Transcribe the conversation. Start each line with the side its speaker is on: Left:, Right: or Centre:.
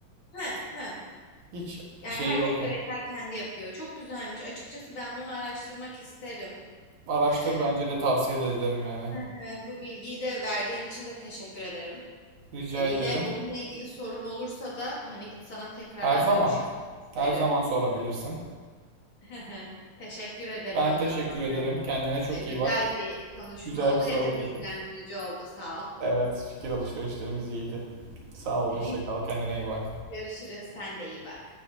Left: He, he.
Right: Hiç
Left: Yani
Right: şey
Left: herkes
Right: yok ya.
Left: bireysel kendi yapıyor. Çok güzelmiş. Açıkçası ben bunu araştırmak isterim.
Right: Araştır
Left: Ee,
Right: bence de tavsiye de ederim yani.
Left: hı hı, bu bilgiyi de verdiğin için de teşekkür ederim.
Right: Rica
Left: Ee, yine
Right: ederim.
Left: bununla ilgili sorum olursa da hani sana tekrardan
Right: Her zaman,
Left: dönüş yapmak isterim.
Right: her zaman sorabilirsin.
Left: Hı hı. Teşekkür ederim
Right: Ben
Left: o
Right: teşekkür
Left: zaman.
Right: ederim.
Left: Yani
Right: Kendine çok
Left: e, güzel
Right: iyi bak.
Left: bir konuşma
Right: Güzel
Left: oldu
Right: bir sohbetti.
Left: hem de bilgilendirici oldu. Sağ ol.
Right: Evet, fikir alışverişlerimiz iyiydi. Sağ ol,
Left: <laughs>
Right: hoşça kal. Kendine iyi bak.
Left: Görüşürüz. Sen de iyi bak.